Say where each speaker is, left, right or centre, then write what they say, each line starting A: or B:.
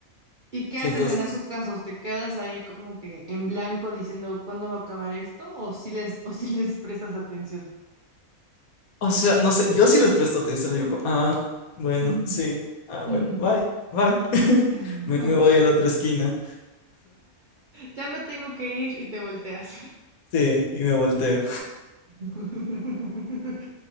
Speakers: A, on the right; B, on the left.
A: ¿Y qué
B: Sí,
A: haces
B: entonces,
A: en esos casos? ¿Te quedas ahí como que en blanco diciendo cuándo va a acabar esto? ¿O si les, o si les prestas atención?
B: o sea, no sé, yo sí les presto atención, digo, como, ah, bueno,
A: Ujú,
B: sí, ah, bueno,
A: ujú.
B: bye, bye. <laughs>
A: <laughs>
B: Me, me voy a la otra esquina,
A: Ya me tengo que ir y te volteas.
B: sí, y me volteo.
A: <laughs>